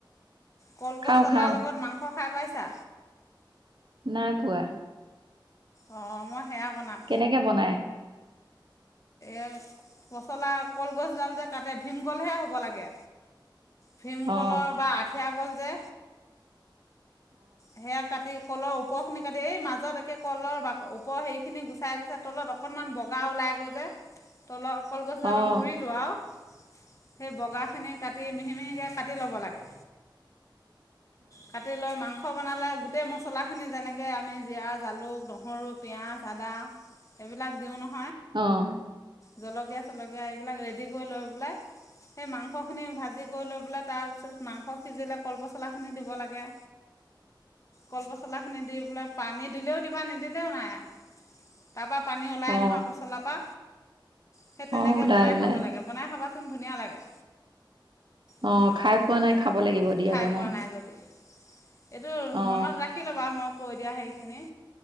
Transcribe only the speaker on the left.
কল পচলা
লগত মাংস। খাই পাইছা?
অ', মই। সেয়া বনাম
এই পচলা কলগছডাল যে কাটে ভীমকলহে হ'ব লাগে। ভীম
কলৰ বা আঠিয়া কল যে। সেয়া কাটি কলৰ ওপৰ খিনি কাটি এই মাজত। কলৰ বাক ওপৰ হেৰি খিনি গুচাই গুচাই তলত অকনমান বগা ওলাই গৈ। যে তলত। কলগছ ডালৰ
গুৰিটো আও সেই বগা খিনি কাটি মিহি মিহিকে। কাটি ল'ব লাগে। কাটি লৈ মাংস বনালে গোটেই মছলাখিনি যেনেকে আমি জিৰা, জালুক, নহৰু, পিয়াঁজ, আদা এইবিলাক দিওঁ নহয়,
জলকীয়া চলকীয়া এইবিলাক ৰেডি কৈ লৈ পেলাই সেই মাংস খিনি ভাজি কৰি লৈ পেলাই তাৰপিছত মাংস সিজিলে কলপচলাখিনি দিব লাগে কল পচলা খিনি দি বোলে পানী দিলেও দিবা নিদিলেও নাই আৰু তা পা পানী ওলাই
নহয় পচলা পা সেই তেনেকে
বনাই
খাব লাগে বনাই খাবা চোন ধুনীয়া লাগে তোমালোকে
খাই
পোৱা নাই যদি এইটো
মনত ৰাখি ল'বা মই কৈ দিয়া সেইখিনি